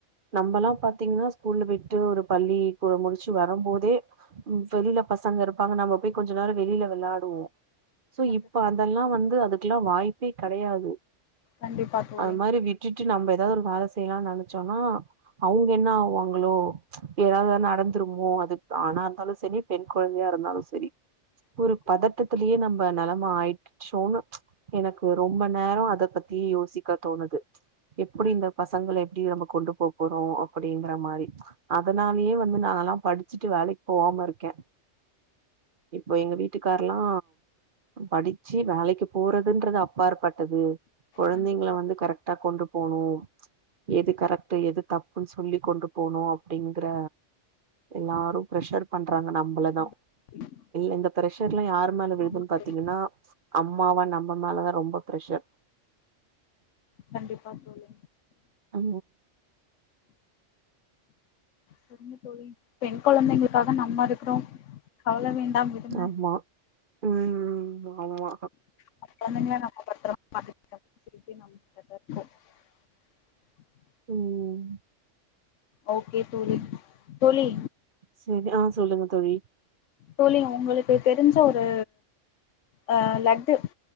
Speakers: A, on the right; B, on the left.
A: நம்பெல்லா பாத்தீங்கன்னா ஸ்கூல்ல போய்ட்டு ஒரு பள்ளி முடிச்சு வர போதே வெளில பசங்க இருப்பாங்க நம்ம போய் கொஞ்ச நேரோ வெளியில வெளாடுவோ சோ
B: கண்டிப்பா
A: இப்ப அந் அதெல்லா வந்து அதுக்கெல்லா வாய்ப்பே கெடையாது
B: கண்டிப்பா தோழி
A: அது மாறி விட்டுட்டு நம்ம எதாவது ஒரு வேல செய்யலான்னு நெனச்சோனா அவுங் என்ன ஆவுவாங்களோ எதாவது நடந்துருமோ அது ஆணா இருந்தாலு சரி பெண் கொழந்தையா இருந்தாலு ச செரி
B: ஆமா
A: ஒரு பதட்டத்துலயே
B: தோழி
A: நம்ம நலம் மா ஆயிச்சோன்னு எனக்கு ரொம்ப நேரோ அத பத்தி யோசிக்க தோணுது எப்டி
B: கண்டிப்பா
A: இந்த பசங்கள எப்டி நம்ம கொண்டு போப்போறோ அப்டிங்கிற மாறி அதனாலயே வந்து நா நா படிச்சுட்டு வேலக்கி போவாம இருக்கே இப்ப எங்க வீட் வீட்டுக்காரல்லா படிச்சு வேலைக்கு போறதுன்றது அப்பாற்பட்டது கொழந்தைங்கள
B: கண்டிப்பா
A: வந்து கரெக்டா கொண்டு போனு எது கரெக்ட்டு எது தப்புன்னு சொல்லி கொண்டு போனு அப்டிங்கற எல்லாரு பிரஷர் பண் றாங்க நம்மளதா
B: கண்டிப்பா
A: இந்த பிரஷர் எல்லா யாரு மேல விழுதுன்னு
B: ஆமா
A: பாத்தீங்கன்னா
B: தோழி
A: அம்மாவா நம்ம மேலதா ரொம்ப பிரஷர்
B: கண்டிப்பா தோழி
A: ஆ
B: சரிங்க தோழி பெண் குழந்தைங்களுக்காக நம்ம இருக்றோ கவல வேண் டாம் விடுங்க
A: ஆமா ம் ஆமா
B: நம்ம கொழந்தைங்கள நம்ம பத்திரமா <unintelligible>
A: ம்
B: ஓகே தோழி தோழி
A: சரி ஆ சொல்லுங்க தோழி
B: தோழி உங்களுக்கு தெரிஞ்ச ஒரு அ லட்டு